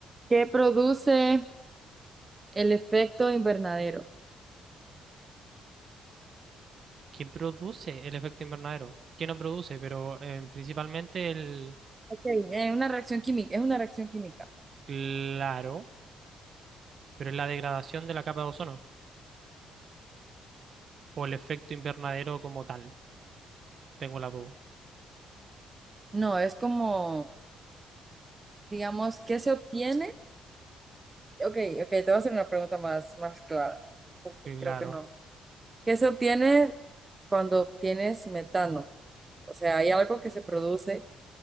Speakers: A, on the right (about 25°); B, on the right (about 50°).
A: ¿Qué produce el efecto invernadero?
B: ¿Quién produce el efecto invernadero? ¿Quién no produce? Pero eh, principalmente el...
A: Ok, es una reacción química, es una reacción química.
B: Claro, pero es la degradación de la capa de ozono o el efecto invernadero como tal. Tengo la duda.
A: No, es como, digamos, ¿qué se obtiene? Ok, ok, te voy a hacer una pregunta más, más clara, porque
B: Claro.
A: creo que no. ¿Qué se obtiene cuando obtienes metano? O sea, hay algo que se produce